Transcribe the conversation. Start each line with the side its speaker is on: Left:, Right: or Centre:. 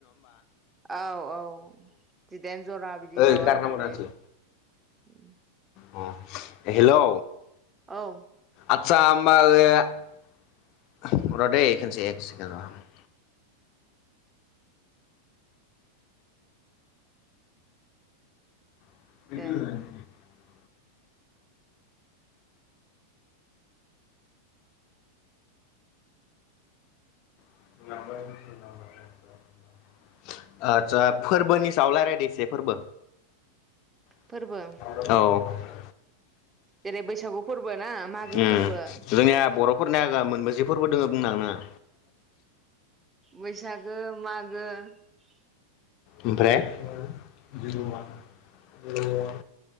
Right: औ औ जिदाइन जरा बिदि
Left: ओइ
Right: माबा
Left: गारना
Right: होनानै
Left: हर दानसै
Right: उम
Left: अ हेलौ
Right: औ
Left: आदसा होमबा ओ रदै खेनसे एक सेकेण्ड र' <unintelligible>
Right: दे
Left: <unintelligible> आदसा फोरबोनि सायाव रायलायदो एसे फोरबो औ
Right: फोरबो जेरै बैसागु फोरबो ना मागो
Left: उम
Right: फोरबो
Left: जोंनिया <unintelligible> मोनबेसे फोरबो दोङो बुंनो <unintelligible>
Right: बैसागो <unintelligible>
Left: ओमफ्राय जिर' वान <unintelligible>